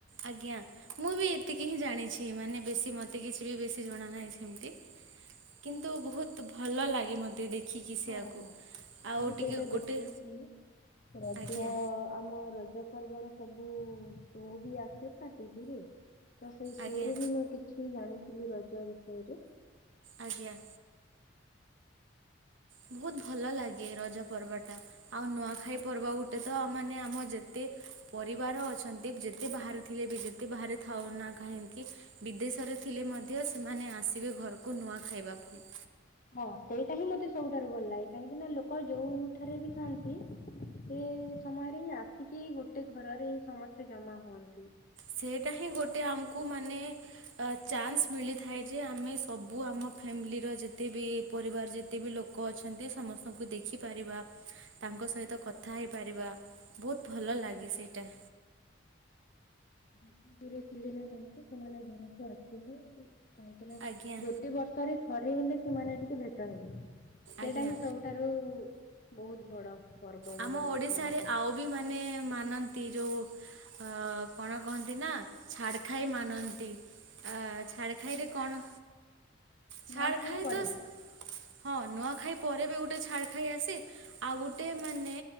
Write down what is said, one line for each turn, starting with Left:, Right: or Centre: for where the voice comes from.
Right: ଆଜ୍ଞା ମୁଁ ବି ଏତିକି ହିଁ ଜାଣିଛି ମାନେ ବେଶୀ ମତେ
Left: ହୁଁ।
Right: କିଛି ବି ବେଶୀ ଜଣା ନାହିଁ ସେମିତି କିନ୍ତୁ ବହୁତ ତ ଭଲ ଲାଗେ ମୋତେ ଦେଖିକି ସେଆକୁ
Left: ହଁ ହଁ
Right: ଆଉ
Left: ମୁଁ ବି
Right: ଟିକେ
Left: ସେଇଟା
Right: ଗୋଟେ
Left: ଦେଖିଛି। ରଜ
Right: ଆଜ୍ଞା
Left: ଆମ ରଜ ପର୍ବର ସବୁ ଶୋ ବି ଆସେ ନା ଟିଭିରେ ତ ସେଇ ସୋରୁ
Right: ଆଜ୍ଞା
Left: ହିଁ ମୁଁ କିଛି ଜାଣିଥିଲି ରଜ ବିଷୟରେ
Right: ଆଜ୍ଞା ବହୁତ ଭଲ ଲାଗେ ରଜ ପର୍ବଟା। ଆଉ ନୂଆଖାଇ ପର୍ବ ଗୋଟେ ତ ମାନେ ଆମ ଯେତେ ପରିବାର ଅଛନ୍ତି ଯେତେ ବାହାରେ ଥିଲେ ବି ଯେତେ ବାହାରେ ଥାଉ ନା କାହିଁକି? ବିଦେଶରେ ଥିଲେ ମଧ୍ୟ ସେମାନେ ଆସିବେ ଘରକୁ ନୂଆ ଖାଇବା ପାଇଁ।
Left: ହଁ ସେଇଟା ହିଁ ମତେ ସବୁଠାରୁ ଭଲ ଲାଗେ କାହିଁକିନା ଲୋକ ଯୋଉଠାରେ ବି ଖାଆନ୍ତି ସେ ସମୟରେ ହିଁ ଆସିକି ଗୋଟେ ଘରରେ ସମସ୍ତେ ଜମା ହୁଅନ୍ତି।
Right: ସେଇଟା ହିଁ ଗୋଟେ ଆମକୁ ମାନେ ଚାନ୍ସ ମିଳିଥାଏ ଯେ ଆମେ ସବୁ ଆମ ଫ୍ୟାମିଲିର ଯେତେ ବିି ପରିବାର ଯେତେ ବିି ଲୋକ ଲୋକ ଅଛନ୍ତି ସମସ୍ତଙ୍କୁ ଦେଖିପାରିବା ତାଙ୍କ ସହିତ କଥା ହେଇପାରିବା। ବହୁତ ଭଲ ଲାଗେ ସେଇଟା।
Left: ଯେତେ ଦୂରେ ଥିଲେ ନା କାହିଁକି ସେମାନେ ଘରକୁ ଆସିବେ। କାହିଁକି ନା
Right: ଆଜ୍ଞା
Left: ଗୋଟେ ବର୍ଷରେ ଥରେ ହେଲେ ସେମାନେ ଟିକେ ଭେଟ ହେବେ ସେଇଟା
Right: ଆଜ୍ଞା
Left: ହିଁ ସବୁଠ ସେଠାରୁ ବହୁତ ବଡ ପର୍ବ
Right: ଆମ
Left: ବୋଲି
Right: ଓଡ଼ିଶାରେ
Left: ଧରାଯାଏ।
Right: ଆଉ ବି ମାନେ ମାନନ୍ତି ଯୋଉ ଅ କଣ କହନ୍ତି ନା ଛାଡ଼ ଖାଇ ମାନନ୍ତି ଆ ଛାଡ ଖାଇରେ କଣ ଛାଡ
Left: ନୂଆଖାଇ
Right: ଖାଇ
Left: ପରେ।
Right: ତ ହଁ ନୂଆଖାଇ ପରେ ବି ଗୋଟେ ଛାଡ ଖାଇ ଆସେ ଆଉ ଗୋଟେ ମାନେ